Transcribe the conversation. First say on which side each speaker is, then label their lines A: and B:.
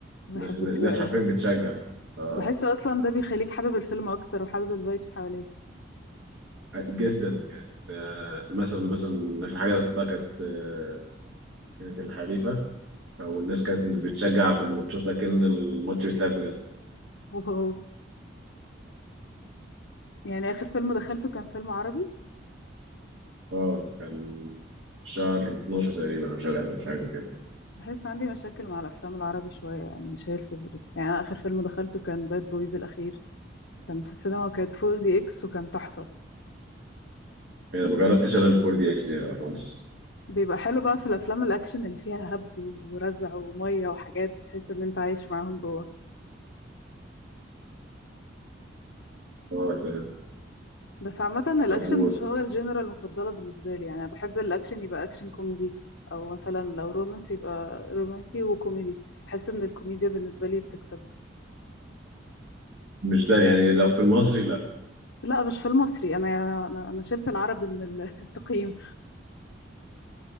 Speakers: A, on the left; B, on the right.
A: بحبه
B: الناس الناس
A: كده قوي
B: حرفيا بتشجع آه،
A: بحس اصلا ده بيخليك حابب الفيلم اكتر وحابب الفايبس حواليك
B: جدا يعني آه، مثلا مثلا اخر حاجه رحتها كانت آه، كانت الحريفه والناس كانت بتشجع في الماتشات لكن الماتش بيتلعب بجد
A: <laughs> واو يعني اخر فيلم دخلته كان فيلم عربي
B: اه كان شهر 12 تقريبا او شهر 11 حاجه كده
A: بحس عندي مشاكل مع الافلام العربي شويه يعني مش هي الفيفوريتس يعني أنا اخر فيلم دخلته كان باد بويز الاخير كان في السينما وكانت 4 دي اكس وكان تحفه
B: يعني ما جربتش انا الفور دي اكس دي خالص
A: بيبقى حلو بقى في الافلام الاكشن اللي فيها هبد ورزع وميه وحاجات تحس ان انت عايش معاهم جوه
B: اه تمام
A: بس عامه الاكشن
B: طب و-
A: مش هو الجنرال المفضله بالنسبه لي يعني انا بحب الاكشن يبقى اكشن كوميدي او مثلا لو رومانسي يبقى رومانسي وكوميدي بحس ان الكوميديا بالنسبه لي بتكسب
B: مش ده يعني لو في المصري لا
A: لا مش في المصري انا انا انا شلت العربي من ال- <laughs> التقييم